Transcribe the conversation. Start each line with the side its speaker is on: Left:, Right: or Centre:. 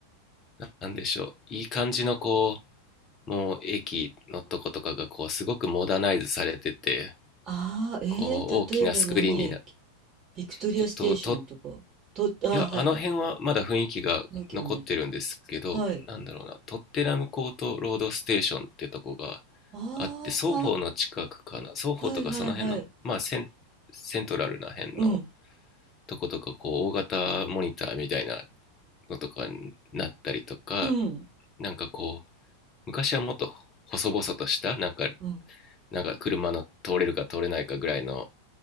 Left: ななんでしょう。いい感じのこう、もう駅のとことかがこうすごくモダナイズされてて
Right: ああ、えー、
Left: こう大きなスクリーンになっ
Right: 例えば何駅ビクトリアステーションとか。
Left: てとと
Right: と、あー、
Left: いやあの辺はまだ雰囲気が残ってるんですけどなんだろうなトッテナムコートロードステーションってとこが
Right: はいはい。雰囲同じ。はい。あ
Left: あって双方の近くかな双方とかその辺のまあセンセントラルな辺の
Right: あ、はいはいはい。うん。
Left: とことかこう大型モニターみたいなのとかになったりとか
Right: うん。
Left: なんかこう昔はもっと細々としたなんか
Right: うん。
Left: なんか車の通れるか通れないかぐらいの